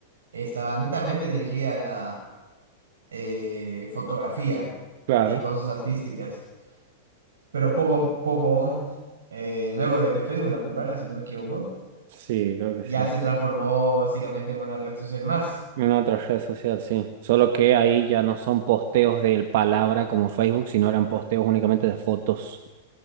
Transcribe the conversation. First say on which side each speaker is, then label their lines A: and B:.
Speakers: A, on the right; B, on the right.
A: estaba netamente dirigida a la eh, fotografía
B: claro.
A: y cosas artísticas. Pero poco a poco, eh, luego de que Facebook la comprara, si no me equivoco,
B: Sí, creo que
A: ya
B: sí.
A: se transformó básicamente en una red social más.
B: En otra red social, sí. Solo que ahí ya no son posteos de palabra como Facebook, sino eran posteos únicamente de fotos.